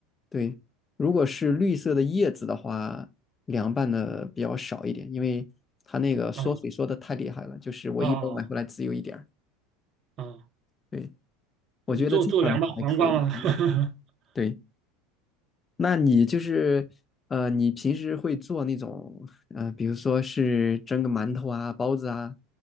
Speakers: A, on the left; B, on the right.
A: 对，如果是绿色的叶子的话，凉拌的比较少一点，因为它那个缩水缩的太厉害了，
B: 哦
A: 就是我一包买回来只有一点儿。
B: 哦哦，
A: 对，我觉得这样的话还可以。
B: 做做凉拌黄瓜吗？
A: 嗯
B: <laughs>
A: 对，那你就是呃，你平时会做那种呃，比如说是蒸个馒头啊、包子啊，